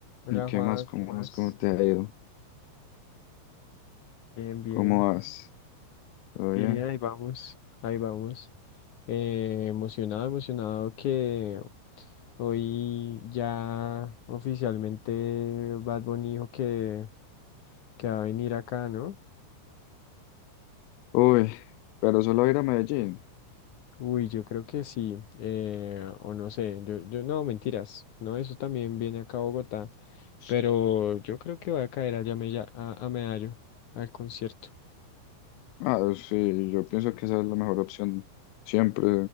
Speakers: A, on the left (about 70°); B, on the left (about 90°).
A: Hola
B: ¿Y qué
A: Juan,
B: más? ¿Cómo
A: ¿qué más?
B: vas? ¿Cómo te ha ido?
A: Bien, bien,
B: ¿Cómo vas? ¿Todo
A: bien,
B: bien?
A: ahí vamos, ahí vamos. Eh, emocionado, emocionado que hoy ya oficialmente Bad Bunny dijo que, que va a venir acá, ¿no?
B: Uy, pero solo ir a Medellín.
A: Uy, yo creo que sí, eh, o no sé, yo, yo no, mentiras, no, eso también viene acá a Bogotá, pero yo creo que va a caer allá a, Mella- a a Medallo, al concierto.
B: Ah, sí, yo pienso que esa es la mejor opción. Siempre